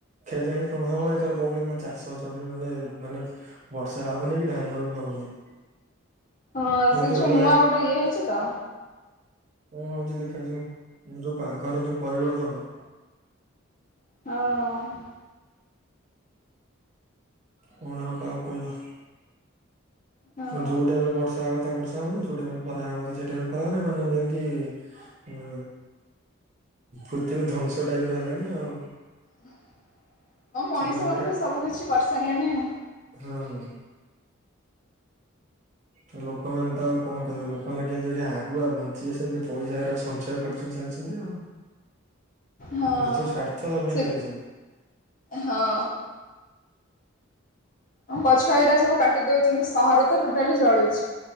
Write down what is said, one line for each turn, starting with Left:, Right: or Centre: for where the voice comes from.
Right: କେଜାଣି <unintelligible> ଏଥର କହୁଛନ୍ତି ଚାଷ ଜମି ମାନେ ମାନେ ବର୍ଷା ହବନି କି ଧାନ ବି ହବନି।
Left: ହଁ
Right: ମାନେ
Left: ସେ
Right: ତ
Left: ଯୋଉ
Right: ରୁଆ
Left: ନୂଆ ଗୋଟେ ଇଏ ହେଇଛି ତ।
Right: ହଁ ହଉଛି ଦେଖ ଯାଉ ଯୋଉ ପାଘର ଯୋଉ ପରିବର୍ତନ?
Left: ହଁ।
Right: କଣ ଆଉ କାହାକୁ କହିବା?
Left: ହଁ।
Right: ଯୋଉ ଟାଇମରେ ବର୍ଷା ହ କଥା ବର୍ଷା ହଉନି ଯୋଉ ଟାଇମରେ ଖରା ହ କଥା ସେ ଟାଇମ ଖରା ହବନ ମାନେ ଯେମିତି ଉ ପୃଥିବୀ ଧ୍ଵଂସ ଟାଇପ ର ହେଲାଣି ଆଉ।
Left: ହଁ ମଣିଷ
Right: ସମୟ
Left: ମାନେ ତ ସବୁ କିଛି କରିସାରିଲେଣି ଆଉ।
Right: ହୁଁ। ତ ଲୋକମାନେ ତ କଣ କହିବେ ଲୋକମାନେ କେମିତି ଦେ ଆଗୁଆ ବଞ୍ଚିବେ ସେମିତି ପଇସା ସଞ୍ଚୟ କରିଛନ୍ତି ଚାଲି। ଚନ୍ତୀ ଆଉ,
Left: ହଁ।
Right: ନିଜ ସ୍ୱାର୍ଥ ସମେତେ
Left: ସେ
Right: ଦେଖୁଛନ୍ତି।
Left: ହଁ। ହଁ ଗଛ ଏଇରା ସବୁ କାଟି ଦଉଛନ୍ତି ସହର ତ ଟୋଟାଲି ଜଳୁଛି।